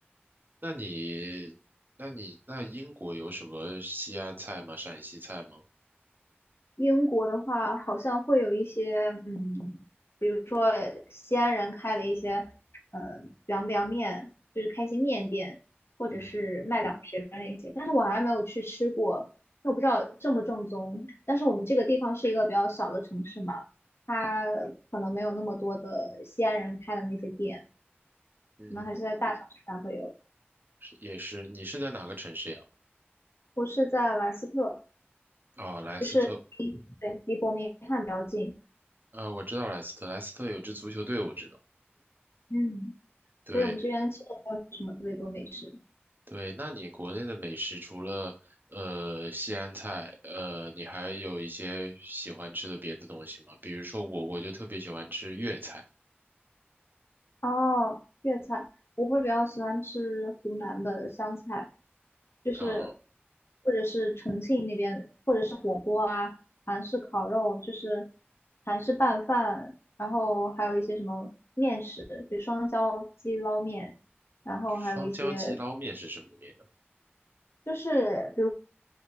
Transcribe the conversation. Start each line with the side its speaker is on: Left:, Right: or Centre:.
Right: 那你，那你，那英国有什么西安菜吗？陕西菜吗？
Left: 英国的话，好像会有一些，嗯，比如说西安人开的一些，呃，凉凉面，就是开一些面店，或者是卖凉皮儿的那些，
Right: 嗯
Left: 但是我还没有去吃过，那我不知道正不正宗。但是我们这个地方是一个比较小的城市嘛，它可能没有那么多的西安人开的那些店，
Right: 嗯，
Left: 可能还是在大城市才会有。
Right: 也是，你是在哪个城市呀？
Left: 我是在莱斯特，
Right: 啊，莱斯特
Left: 就是离对离伯明翰比较近。
Right: 啊，我知道莱斯特，莱斯特有支足球队，我知道。
Left: 嗯，
Right: 对
Left: 所以我们这边其实没有什么特别多美食。
Right: 对，那你国内的美食除了呃西安菜，呃，你还有一些喜欢吃的别的东西吗？比如说我，我就特别喜欢吃粤菜
Left: 哦，粤菜，我会比较喜欢吃湖南的湘菜，就是
Right: 啊，
Left: 或者是重庆那边，或者是火锅啊，韩式烤肉，就是韩式拌饭，然后还有一些什么面食，比如双椒鸡捞面，然后还有一些。
Right: 双椒鸡捞面是什么面啊？
Left: 就是比如。